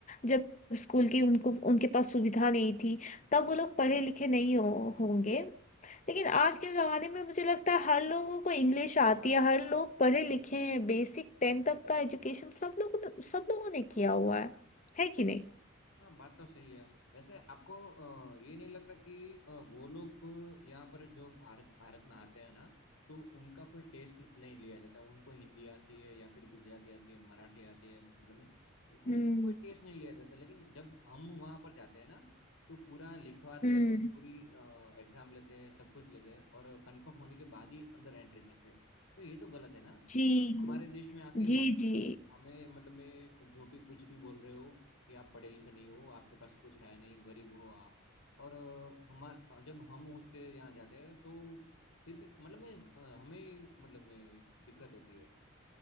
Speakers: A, on the left; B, on the left.
A: जब स्कूल की उनको उनके पास सुविधा नहीं थी तब वो लोग पढ़े लिखे नहीं हो, होंगे लेकिन आज के ज़माने में मुझे लगता है हर लोगों को इंग्लिश आती है हर लोग पढ़े लिखे हैं बेसिक टेंथ तक का एजुकेशन सब लोगों ने सब लोगों ने किया हुआ है है कि नहीं
B: हाँ बात तो सही है वैसे आपको अ, ये नहीं लगता कि अ, वो लोग यहाँ पर जो भारत भारत में आते हैं ना तो उनका कोई टेस्ट नहीं लिया जाता उनको हिंदी आती है या फिर गुजराती आती है मराठी आती है मतलब में उ-
A: हम्म
B: उसका कोई टेस्ट नहीं लिया जाता लेकिन जब हम वहाँ पर जाते हैं ना तो पूरा लिखवाते
A: हम्म
B: हैं पूरी एग्जाम लेते हैं सब कुछ लेते हैं और कंफर्म होने के बाद ही अंदर एंट्री देते हैं तो ये तो गलत है ना
A: जी
B: हमारे देश में आके
A: जी जी
B: हमें मतलब मैं जो भी कुछ भी बोल रहे हो कि आप पढ़े लिखे नहीं हो आपके पास कुछ है नहीं गरीब हो आप और अ, हमार जब हम उसके यहाँ जाते हैं तो फिर भी मतलब मैं अ, हमें मतलब मैं दिक्कत होती है